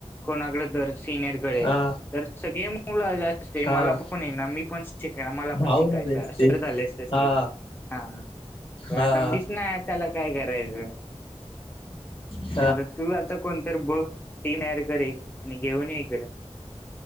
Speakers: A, on the left; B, on the left.
A: कोणाकडे तर, सिनियरकडे,
B: हा
A: तर सगळे मुलं आल्या अस
B: हा
A: मला पण ये ना, मी पण शिकनं, मला
B: धावून
A: पण शिकायचं,
B: आले असते
A: असे करत आले असते की
B: हा
A: हा. पण आता
B: हा
A: <unintelligible> नाही त्याला काय करायचं.
B: ह् <inaudible>
A: आता तू आता कोणतर बघ, टीम ऍड कर एक आणि घेऊन ये इकड